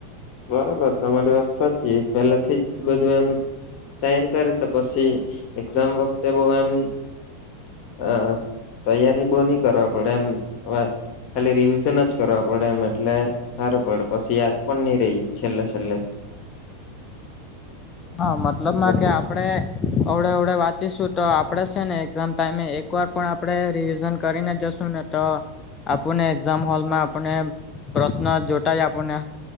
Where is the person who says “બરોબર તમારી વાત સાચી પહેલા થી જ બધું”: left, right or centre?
Left